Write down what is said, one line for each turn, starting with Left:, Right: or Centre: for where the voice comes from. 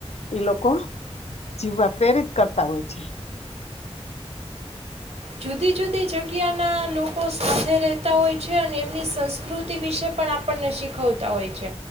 Left: ઈ લોકો જીવવા પ્રેરિત કરતા હોય છે.
Right: જુદી જુદી જગ્યાના લોકો સાથે રહેતા હોય છે અને એમની સંસ્કૃતિ વિશે પણ આપણને શીખવતા હોય છે